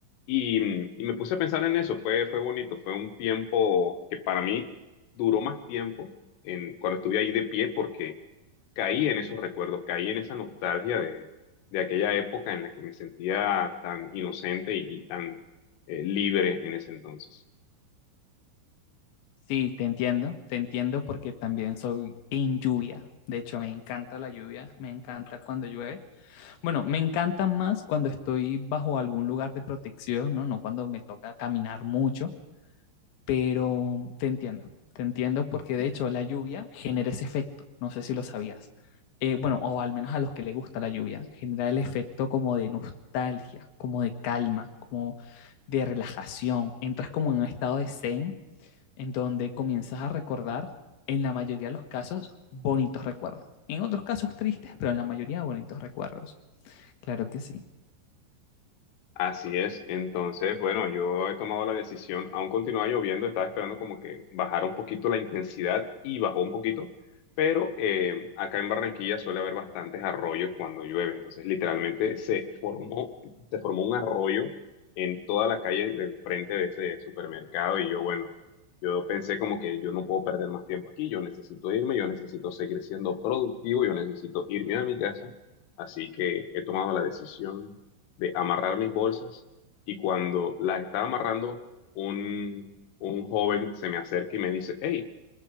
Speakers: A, on the left; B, on the left.
A: Y, y me puse a pensar en eso, fue, fue bonito, fue un tiempo que para mí duró más tiempo en, cuando estuve ahí de pie porque caí en esos recuerdos, caí en esa nostalgia de, de aquella época en la que me sentía tan inocente y, y tan eh, libre en ese entonces.
B: Sí, te entiendo, te entiendo porque también soy en lluvia. De hecho, me encanta la lluvia, me encanta cuando llueve. Bueno, me encantan más cuando estoy bajo algún lugar de protección, ¿no? No cuando me toca caminar mucho, pero te entiendo, te entiendo porque de hecho la lluvia genera ese efecto, no sé si lo sabías. Eh, bueno, o al menos a los que les gusta la lluvia, genera el efecto como de nostalgia, como de calma, como de relajación. Entras como en un estado de zen en donde comienzas a recordar, en la mayoría de los casos, bonitos recuerdos. En otros casos tristes, pero en la mayoría bonitos recuerdos. Claro que sí.
A: Así es. Entonces, bueno, yo he tomado la decisión, aún continuaba lloviendo, estaba esperando como que bajara un poquito la intensidad y bajó un poquito, pero eh, acá en Barranquilla suele haber bastantes arroyos cuando llueve. Entonces, literalmente se formó, se formó un arroyo en toda la calle del frente de ese supermercado y yo, bueno, yo pensé como que yo no puedo perder más tiempo aquí, yo necesito irme, yo necesito seguir siendo productivo, yo necesito irme a mi casa. Así que he tomado la decisión de amarrar mis bolsas y cuando las estaba amarrando, un, un joven se me acerca y me dice, hey,